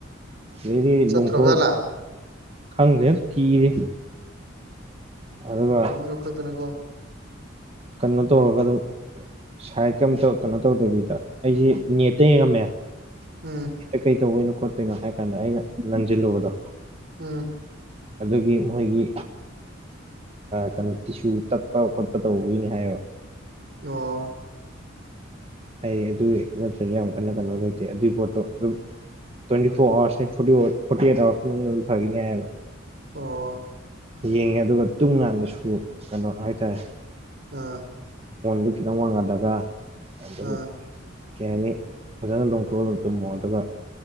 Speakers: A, on the right (about 30°); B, on the right (about 55°).
A: ꯂꯩꯗꯤ
B: ꯆꯠꯇ꯭ꯔꯣꯕꯖꯥꯠꯂꯥ
A: ꯂꯣꯡꯊꯣꯛ ꯈꯪꯗ꯭ꯔꯦ ꯀꯤꯔꯦ ꯑꯗꯨꯒ
B: ꯎ ꯇꯕꯨꯨꯡ ꯌꯈꯔꯗꯅꯀꯣ
A: ꯀꯩꯅ ꯇ ꯑꯣꯂꯒ ꯑꯗꯨꯝ ꯁꯥꯏꯗ ꯀꯝꯇ ꯀꯩꯅꯣ ꯇꯧꯗꯕꯤꯗ ꯑꯩꯁꯦ ꯅꯦꯠꯇ ꯌꯦꯡꯉꯝꯃꯦ
B: ꯎꯝ
A: ꯍꯦꯛꯇ ꯀꯩ ꯇꯧꯕꯩꯅꯣ ꯈꯣꯠꯇꯣꯏꯩꯅꯣ ꯍꯥꯏ ꯀꯥꯟꯗ ꯑꯩꯅ ꯅꯟꯁꯤꯜꯂꯨꯕꯗꯣ
B: ꯎꯝ
A: ꯑꯗꯨꯗꯒꯤ ꯃꯣꯏꯒꯤ ꯀꯩꯅꯣ ꯇꯤꯁꯨ ꯇꯠꯄ ꯈꯣꯠꯄ ꯇꯧꯕꯒꯤꯅꯤ ꯍꯥꯏꯕ
B: ꯑꯣ
A: ꯍ ꯑꯗꯨꯒꯤ ꯅꯠꯇꯁꯨ ꯌꯥꯝ ꯀꯟꯅ ꯀꯩꯅꯣ ꯂꯩꯇꯦ ꯑꯗꯨꯒꯤ ꯄꯣꯠꯇꯣ ꯑꯗꯨꯝ ꯭ꯋꯦꯟ ꯐꯋꯥꯋꯥ
B: ꯑꯣ
A: ꯌꯦꯡꯉꯦ ꯑꯗꯨꯒ ꯇꯨꯡ ꯀꯗꯁꯨ ꯀꯩꯅꯣ ꯍꯥꯏꯇꯥꯔꯦ
B: ꯑꯥ
A: ꯑꯗꯨ ꯈꯤꯇꯪ ꯋꯥꯡꯍꯜꯂꯒ ꯑꯗꯨꯝ
B: ꯑꯝ
A: ꯀꯩ ꯍꯥꯏꯅꯤ ꯐꯖꯅ ꯂꯣꯡꯊꯣꯛꯑꯒ ꯇꯨꯝꯃꯣ ꯑꯗꯨꯒ